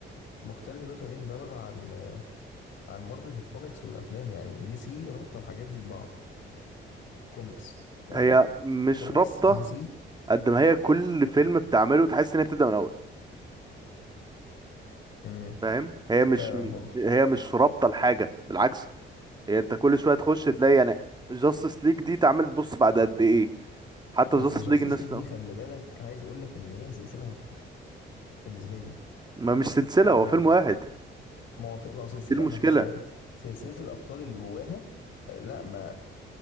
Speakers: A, on the left; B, on the right.
A: مختلفة 180 درجة عن عن مارفل في الكوميكس والافلام يعني دي سي رابطه الحاجات دي ببعض كوميكس يعني
B: هي مش
A: كوميكس
B: رابطه
A: دي سي
B: قد ما هي كل فيلم بتعمله تحس ان هي بتبدا من الاول
A: امم
B: فاهم هي مش
A: فعلا برضه
B: هي مش رابطه لحاجه بالعكس هي انت كل شويه تخش تلاقي يعني جاستس ليج دي اتعملت بص بعد قد ايه حتى
A: بس
B: جاستس
A: جاستس
B: ليج الناس
A: ليج دي خلي بالك عايز اقول لك ان هي سلسله هابطه بالنسبه لي
B: ما مش سلسلة هو
A: يعني
B: فيلم واحد
A: موافق ما هو سلسله
B: دي المشكلة
A: ما انتش فاهم سلسله الابطال اللي جواها آه، لا ما